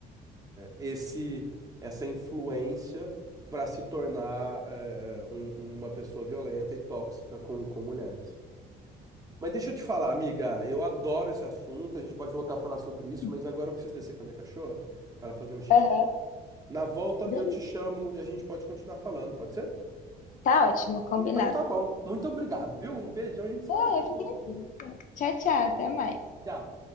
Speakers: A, on the right (about 20°); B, on the left (about 50°).
A: esse essa influência para se tornar eh, eh, um- uma pessoa violenta e tóxica com, com mulheres. Mas deixa eu te falar, amiga, eu adoro esse assunto, a gente pode voltar a falar sobre isso,
B: uhum.
A: mas agora eu preciso descer com a minha cachorra para fazer um xixi.
B: Aham.
A: Na volta
B: Beleza.
A: eu te chamo e a gente pode continuar falando, pode ser?
B: Tá ótimo, combinado.
A: Então tá bom. Muito obrigado, viu? Um beijão, a gente se fala
B: Ah,
A: daqui a
B: eu que
A: pouco.
B: agradeço. Tchau, tchau, até mais.
A: Tchau.